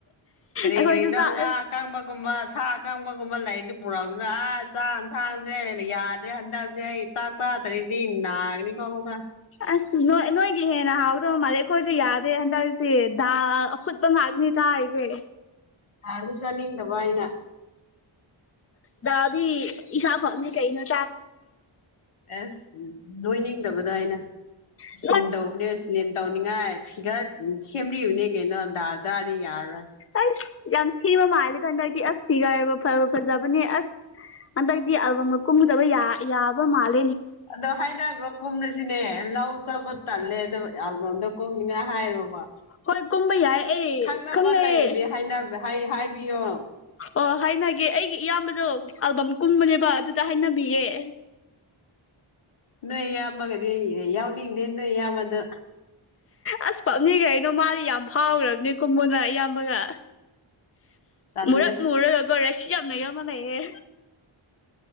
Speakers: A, on the left; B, on the left.
A: ꯀꯔꯤ
B: ꯑꯩꯈꯣꯏꯁꯨ
A: ꯀꯔꯤꯅꯣ
B: ꯆꯥꯛ
A: ꯉꯥ ꯑꯀꯪꯕꯒꯨꯝꯕ ꯁꯥ ꯑꯀꯪꯕꯒꯨꯝꯕ ꯂꯩꯗꯤ ꯄꯨꯔꯛꯃꯤꯅ ꯑꯁ ꯆꯥꯡꯟꯁꯥꯡꯁꯦ ꯌꯥꯗ꯭ꯔꯦ ꯍꯟꯗꯜꯁꯤꯦ ꯏ ꯆꯥꯁ ꯍꯥꯇꯔꯦꯗꯤ ꯏ ꯅꯥꯅꯤ ꯀꯣꯃꯒ
B: ꯑꯁ ꯅ ꯅꯣꯏꯒꯤ ꯍꯦꯟꯅ ꯍꯥꯎꯗꯕ ꯃꯥꯜꯂꯦ ꯑꯩꯈꯣꯏꯁꯦ ꯌꯥꯗꯦ ꯍꯟꯗꯛꯁꯤ ꯁꯠꯄꯝ ꯃꯥꯒꯅꯤ ꯇ ꯍꯥꯏ ꯀꯦꯦ
A: ꯑ ꯑꯗꯨ ꯆꯥꯅꯤꯡꯗꯕ ꯑꯩꯅ
B: ꯗꯗꯥꯗꯤ ꯏ ꯁꯥꯥ ꯀꯩꯅꯩꯅ
A: ꯑꯁ ꯅꯣꯏ ꯅꯤꯡꯗꯕꯗꯣ ꯑꯩꯅ
B: ꯎ <unintelligible> <inaudible>
A: ꯁ꯭ꯂꯤꯝ ꯇꯧꯕꯅꯦ ꯁ꯭ꯂꯤꯝ ꯇꯧꯅꯤꯡꯉꯥꯏ ꯐꯤꯒꯔ ꯁꯦꯝꯔꯤꯕꯅꯦ ꯀꯩꯅꯣ ꯗꯥꯔ ꯆꯥꯗꯤ ꯌꯥꯔꯔꯣꯏ
B: ꯑꯁ ꯌꯥꯝ ꯁꯦꯝꯕ ꯃꯥꯜꯂꯦ ꯀꯥꯟꯗ ꯑꯩꯗꯤ ꯑꯁ ꯐꯤꯒꯥꯏꯕ ꯐꯕ ꯐꯖꯕꯅꯦ ꯑꯁ ꯑꯟꯗꯗꯤ ꯀꯨꯝꯗꯕ ꯌꯥꯕ ꯃꯥꯜꯂ
A: ꯑꯗꯣ ꯍꯥꯏꯅꯈ꯭ꯔꯣ ꯀꯨꯝꯅꯁꯤꯅꯦ ꯂꯧ ꯆꯥꯄ ꯇꯜꯂꯦ ꯑꯣ ꯌꯥꯝꯂꯣꯝꯗꯣ ꯀꯨꯝꯅꯤꯡꯉꯥꯏ ꯍꯥꯏꯔꯣꯕ
B: ꯍꯣꯏ ꯀꯨꯝꯕ ꯌꯥꯏ ꯑꯩ
A: ꯈꯪꯅꯕ
B: ꯈꯪꯅꯩꯌꯦ
A: ꯂꯩꯔꯗꯤ ꯍꯥꯏ ꯍꯥꯏꯕꯤꯌꯣ
B: ꯑꯣ ꯍꯥꯏꯅꯒꯦ ꯑꯩꯒꯤ ꯏꯌꯥꯝꯕꯗꯣ ꯑꯜꯕꯝ ꯀꯨꯝꯕꯅꯦꯕ ꯑꯗꯨꯗ ꯍꯥꯏꯅꯕꯤꯌꯦꯦ
A: ꯅꯣꯏ ꯌꯥꯝꯃꯒꯗꯤ ꯌꯥꯎꯅꯤꯡꯗꯦ ꯅꯣꯏ ꯌꯥꯝꯃꯗ
B: ꯑꯁ ꯄꯞꯅꯤꯒꯩꯅꯣ ꯃꯥꯗꯤ ꯌꯥꯝ ꯐꯥꯎꯈ꯭ꯔꯕꯅꯦ ꯀꯨꯝꯕꯅ ꯏꯌꯥꯝꯕꯒ
A: ꯇꯜꯂꯦ
B: ꯃꯔꯛ ꯃꯔꯛ ꯔꯁꯤ ꯌꯥꯝꯅ ꯌꯥꯣ ꯃꯂ ꯍ